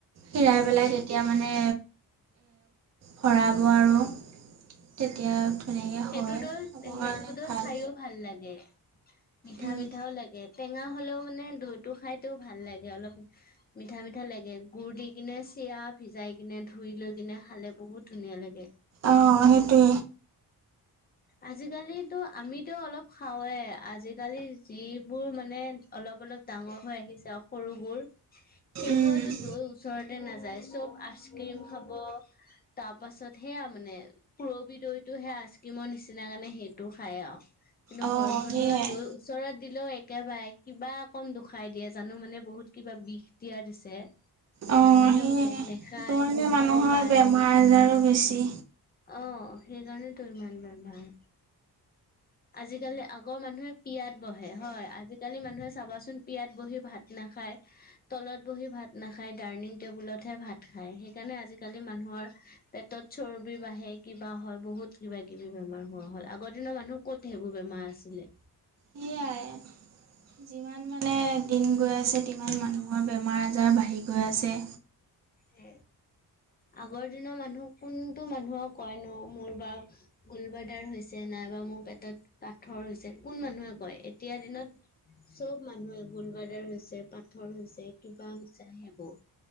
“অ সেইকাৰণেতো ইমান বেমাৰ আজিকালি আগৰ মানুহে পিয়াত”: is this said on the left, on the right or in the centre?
Left